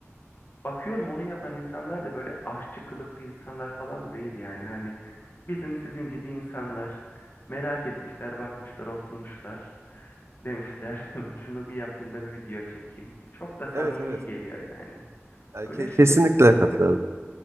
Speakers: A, on the left (about 45°); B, on the right (about 65°).
A: Bakıyorum onu yapan insanlar da böyle aşçı kılıklı insanlar falan da değil yani. Hani bizim sizin gibi insanlar merak etmişler, bakmışlar, oturmuşlar. Demişler <laughs> şunu bir yapayım da bir video çekeyim. Çok da samimi
B: Evet evet.
A: geliyor yani.
B: Yani
A: Öyle
B: ke-
A: şeyler
B: kesinlikle
A: izliyorum.
B: katılıyorum.